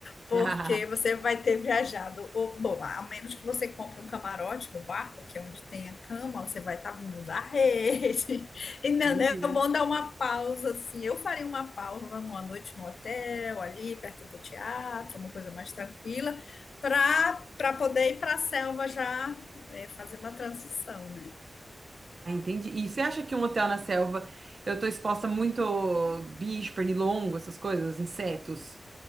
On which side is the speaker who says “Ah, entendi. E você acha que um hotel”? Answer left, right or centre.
Right